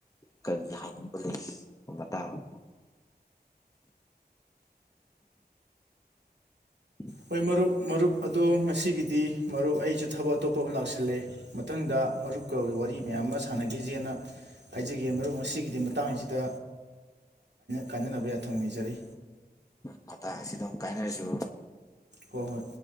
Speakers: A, on the left (about 20°); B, on the right (about 85°).
A: ꯀꯔꯤ ꯍꯥꯏꯅꯤꯡꯕ ꯂꯩ ꯃꯇꯥꯡ ꯎꯝ
B: ꯍꯣꯏ ꯃꯔꯨꯞ ꯃꯔꯨꯞ ꯑꯗꯣ ꯉꯁꯤꯒꯤꯗꯤ ꯃꯔꯨꯞ ꯑꯩꯁꯨ ꯊꯕꯛ ꯑꯇꯣꯞꯄ ꯑꯃ ꯂꯥꯛꯁꯜꯂꯦ ꯃꯊꯪꯗ ꯃꯔꯨꯞꯀ ꯑꯣꯏ ꯋꯥꯔꯤ ꯃꯌꯥꯝ ꯑꯃ ꯁꯥꯟꯅꯈꯤꯖꯦꯅ ꯍꯥꯏꯖꯒꯦ ꯃꯔꯨꯞ ꯉꯁꯤꯒꯤꯗꯤ ꯃꯇꯥꯡꯁꯤꯗ ꯀꯥꯏꯅꯅꯕ ꯌꯥꯊꯪ ꯅꯤꯖꯔꯤ
A: ꯃꯇꯥꯡ ꯑꯁꯤꯗ ꯑꯃꯨꯛ ꯀꯥꯏꯅꯔꯁꯨ
B: ꯍꯣꯏ ꯍꯣꯏ